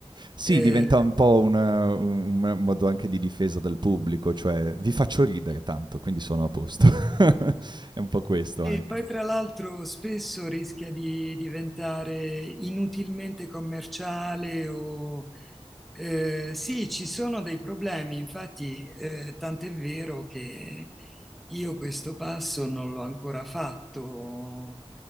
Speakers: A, on the right; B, in the centre.
A: Sì,
B: Eh,
A: diventa un po' una- un un modo anche di difesa del pubblico, cioè: "Vi faccio ridere tanto, quindi sono a posto." <laughs> È un po' questo
B: E
A: anche.
B: poi tra l'altro spesso rischia di diventare inutilmente commerciale o eh, sì, ci sono dei problemi, infatti eh, tant'è vero che io questo passo non l'ho ancora fatto,